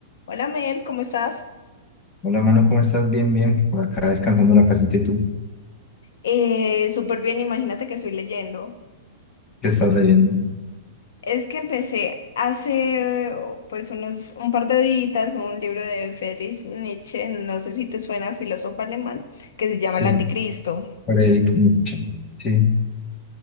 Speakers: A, on the left (about 75°); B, on the left (about 20°).
A: Hola Mel, ¿cómo estás?
B: Hola, mano, ¿cómo estás? Bien, bien. Por acá descansando en la casita y tú,
A: Eh, súper bien, imagínate que estoy leyendo.
B: ¿qué estás leyendo?
A: Es que empecé hace oh, pues unos un par de días un libro de Friedrich Nietzsche, no sé si te suena, filósofo alemán, que se llama
B: Sí,
A: El Anticristo.
B: Frederick Nietzsche. Sí.